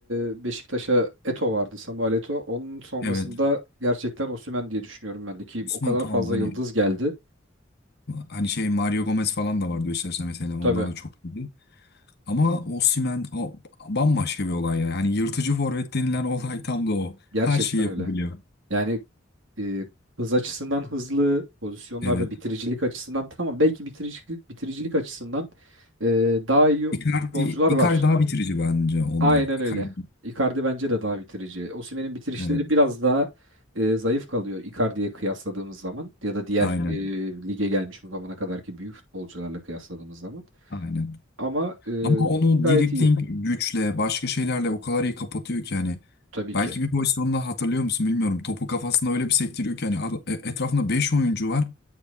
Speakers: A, on the right; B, on the left.
A: e, Beşiktaş'a Eto vardı, Samuel Eto. Onun sonrasında
B: Evet.
A: gerçekten Osimhen diye düşünüyorum ben de ki
B: Osimhen
A: o kadar
B: tamam
A: fazla
B: hani
A: yıldız geldi.
B: hani şey Mario Gomez falan da vardı Beşiktaş'ta mesela. Onlar
A: Tabii
B: da çok iyiydi. Ama Osimhen o, bambaşka bir olay yani. Hani yırtıcı forvet denilen olay tam da o.
A: gerçekten
B: Her şeyi yapabiliyor.
A: öyle. Yani e, hız açısından hızlı, pozisyonlarda
B: Evet.
A: bitiricilik açısından tamam belki bitiricilik bitiricilik açısından e, daha iyi
B: Icardi,
A: futbolcular var.
B: Icardi daha bitirici bence ondan.
A: Aynen öyle.
B: Icardi,
A: Icardi bence de daha bitirici. Osimhen'in bitirişleri
B: evet.
A: biraz daha e, zayıf kalıyor Icardi'ye kıyasladığımız zaman ya da diğer
B: Aynen.
A: e, lige gelmiş bu zamana kadarki büyük futbolcularla kıyasladığımız zaman.
B: Aynen.
A: Ama e,
B: Ama onu
A: gayet
B: dribling
A: iyi
B: güçle, başka şeylerle o kadar iyi kapatıyor ki hani
A: tabii
B: belki
A: ki.
B: bir pozisyonda hatırlıyor musun bilmiyorum. Topu kafasında öyle bir sektiriyor ki hani ad- e- etrafında 5 oyuncu var